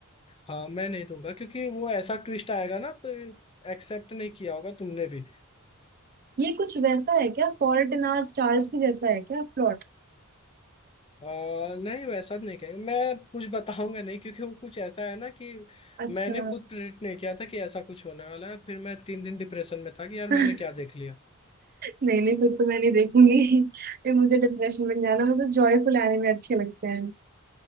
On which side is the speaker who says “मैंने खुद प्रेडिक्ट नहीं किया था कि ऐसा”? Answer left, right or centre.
Left